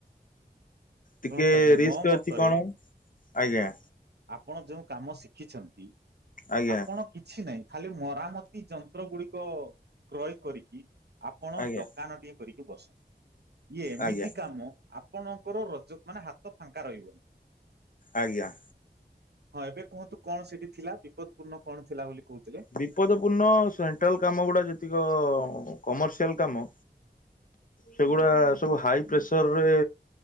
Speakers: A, on the left; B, on the right.
A: ଟିକେ
B: ଶୁଣନ୍ତୁ ଆଜ୍ଞା
A: ରିସ୍କ
B: ମୋ ମତରେ
A: ଅଛି କଣ ଆଜ୍ଞା
B: ଆପଣ ଯୋଉ କାମ ଶିଖିଛନ୍ତି
A: ଆଜ୍ଞା
B: ଆପଣ
A: ଆଜ୍ଞା
B: କିଛି ନାହିଁ ଖାଲି ମରାମତି ଯନ୍ତ୍ର ଗୁଡ଼ିକ କ୍ରୟେ କରିକି। ଆପଣ
A: ଆଜ୍ଞା
B: ଦକାନ ଟିଏ କରିକି ବସ, ଇଏ ଏମିତି
A: ଆଜ୍ଞା।
B: କାମ ଆପଣଙ୍କର ମାନେ ହାତ ଫାଙ୍କା ରହିବନି।
A: ଆଜ୍ଞା।
B: ହଁ! ଏବେ କୁହନ୍ତୁ କ'ଣ ସେଠି ଥିଲା, ବିପଦ୍ ପୂର୍ଣ୍ଣ କ'ଣ ଥିଲା ବୋଲି କହୁଥିଲେ।
A: ବିପଦ ପୂର୍ଣ୍ଣ ସେଣ୍ଟ୍ରାଲ୍ କାମ ଗୁଡା ଯେତିକ କମର୍ସିଆଲ୍ କାମ। ସେଗୁଡ଼ା ସବୁ ହାଇ ପ୍ରେସର୍ ରେ।